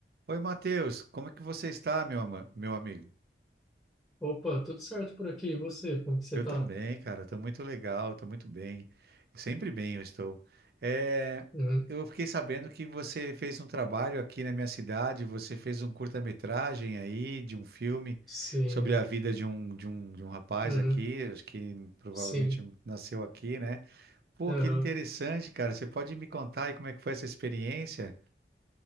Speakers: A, on the right; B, in the centre.
A: Oi, Matheus, como é que você está, meu, ama- meu amigo?
B: Opa, tudo certo por aqui. E você, como que você
A: Eu
B: tá?
A: também, cara, estou muito legal, estou muito bem, sempre bem eu estou. É,
B: Uhum.
A: eu fiquei sabendo que você fez um trabalho aqui na minha cidade, você fez um curta-metragem aí de um filme
B: Sim,
A: sobre a vida de um, de um, de um rapaz
B: uhum.
A: aqui, acho que provavelmente
B: Sim,
A: nasceu aqui, né? Pô,
B: Aham.
A: que interessante, cara, você pode me contar aí como é que foi essa experiência?